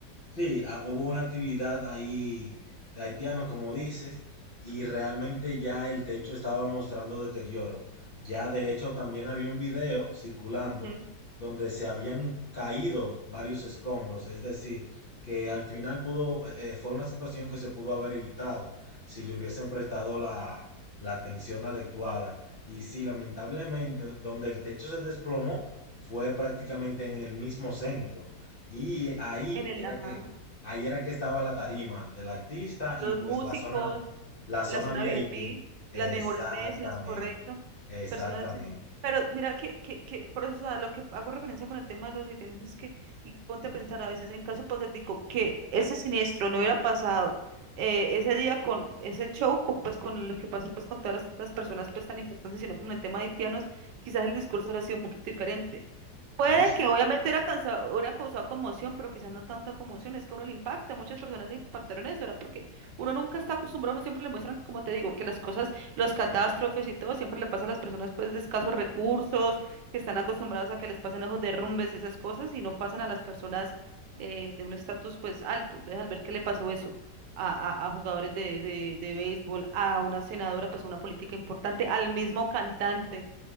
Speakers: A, on the left; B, on the right.
A: Sí, ah, hubo una actividad ahí de haitianos, como dices, y realmente ya el techo estaba mostrando deterioro. Ya de hecho también había un video circulando
B: Ujú.
A: donde se habían caído varios escombros, es decir, que al final pudo, eh, eh, fue una situación que se pudo haber evitado si le hubiesen prestado la, la atención adecuada. Y sí, lamentablemente, donde el techo se desplomó fue prácticamente en el mismo centro. Y ahí
B: En el,
A: era
B: ajá,
A: que Ahí era que estaba la tarima del artista y
B: los
A: pues
B: músicos.
A: la zona, la zona
B: la zona
A: VIP.
B: VIP,
A: Exactamente,
B: las mejores mesas, correcto.
A: exactamente.
B: Personas, en- pero mira que, que, que por eso, o sea, lo que hago referencia con el tema de los haitianos es que, y ponte a pensar a veces, en caso hipotético, que ese siniestro no hubiera pasado eh, ese día con ese show, co- pues con lo que pasa pues con todas las, las personas pues tan importantes, sino como en el tema de haitianos, quizás el discurso hubiera sido un poquito diferente. Puede
A: Ahí sí,
B: que obviamente hubiera causado, hubiera causado conmoción, pero quizás no tanta conmoción, es que a uno le impacta, muchas personas le impactaron eso, era porque uno nunca está acostumbrado, uno siempre le muestran, como te digo, que las cosas, los catástrofes y todo, siempre le pasa a las personas pues de escasos recursos, que están acostumbrados a que les pasen esos derrumbes, esas cosas, y no pasan a las personas eh, de un estatus pues alto. Entonces, al ver que le pasó eso a, a- a jugadores de, de, de béisbol, a una senadora, pues una política importante, al mismo cantante